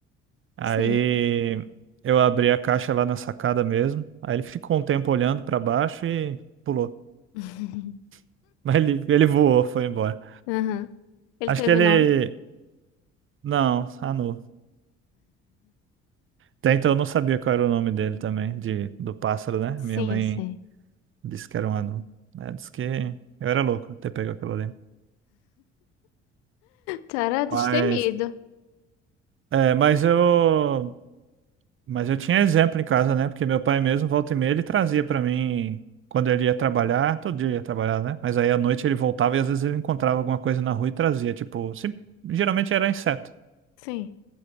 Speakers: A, on the right; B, on the left.
A: Aí
B: Sim.
A: eu abri a caixa lá na sacada mesmo. Aí ele ficou um tempo olhando pra baixo e pulou.
B: <laughs>
A: <laughs> Mas ele, ele voou, foi embora.
B: Aham. Ele
A: Acho
B: teve
A: que ele.
B: nome?
A: Não, Anu. Até então eu não sabia qual era o nome dele também, de, do pássaro, né?
B: Sim,
A: Minha mãe
B: sim.
A: Disse que era um anão. né? Disse que eu era louco ter pego aquilo ali.
B: Tu era destemido.
A: Mas, é, mas eu, mas eu tinha exemplo em casa, né? Porque meu pai mesmo, volta e meia, ele trazia pra mim quando ele ia trabalhar, todo dia ele ia trabalhar, né? Mas aí à noite ele voltava e às vezes ele encontrava alguma coisa na rua e trazia, tipo, se- geralmente era inseto,
B: Sim.